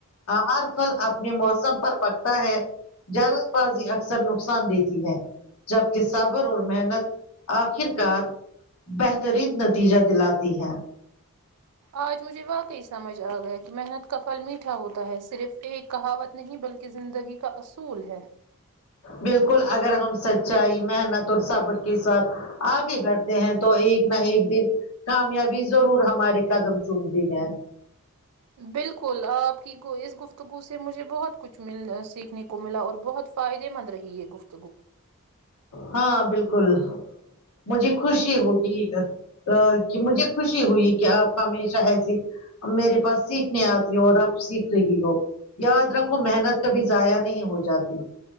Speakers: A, on the left; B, on the right.
A: ہر پھل اپنے موسم پر پکتا ہے جلد بازی اکثر نقصان دیتی ہے جب کے سب اور محنت آخر کار بہترین نتیجہ دلاتی ہے
B: آج مجھے واقعی سمجھ آ گیا کہ محنت کا پھل میٹھا ہوتا ہے صرف ایک کہاوت نہیں بلکہ زندگی کا اصول ہے
A: بالکل اگر ہم سچائی محنت اور صبر کے ساتھ آگے بڑھتے ہیں تو ایک نہ ایک دن کامیابی ضرور ہمارے قدم چومتی ہے
B: بالکل آپ کی اس گفتگو سے مجھے بہت کچھ مل سیکھنے کو ملا اور بہت فائدے مند رہی ہے گفتگو
A: ہاں بالکل مجھے خوشی ہوئی کہ آ کی مجھے خوشی ہوئی کہ آپ ہمیشہ ایسی میرے پاس سیکھنے آتی ہو اب سیکھ رہی ہو یاد رکھو محنت کبھی ضائع نہیں ہو جاتا